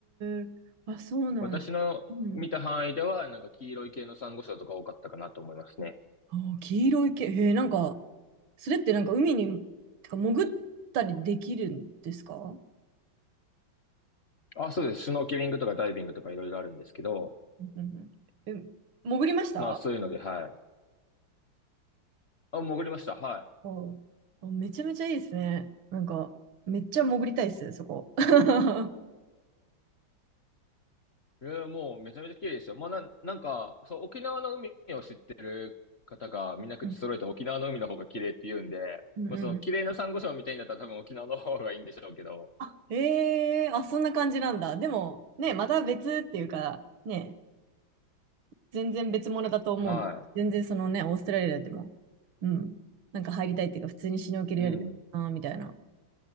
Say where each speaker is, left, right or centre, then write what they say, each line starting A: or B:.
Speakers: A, on the right; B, on the left.
A: え、あ、そうなん、
B: 私の見た範囲では、
A: うん。
B: なんか黄色い系のサンゴ礁とか多かったかなと思いますね。
A: あ、黄色い毛、へえ、なんか、それってなんか海に、てか潜ったりできるんですかう
B: あ、そうです。シュノーケリングとかダイビングとかいろいろあるんですけど、
A: んうんうんえ、潜りました
B: まあそういうので、はい。あ、潜りました。は
A: はいあ、めちゃめちゃいいですね。なんか、めっちゃ潜りたいです、そこ。<laughs> うん
B: い。えー、もうめちゃめちゃ綺麗ですよ。まあなん、なんか、そう、沖縄の海を知ってる方がみんな口揃えて沖縄の海の方が綺麗って言うんで、
A: うんうんうん。
B: まあその綺麗なサンゴ礁みたいになったら多分沖縄の方がいいんでしょうけど、
A: あ、へえ、あ、そんな感じなんだ。でも、ね、また別っていうか、ね、全然別物だと思う。
B: は
A: 全然そのね、オーストラリアでも、うん、なんか入りたいっていうか、普通にシュノーケルやりたいな、
B: い。うん。
A: みたいな。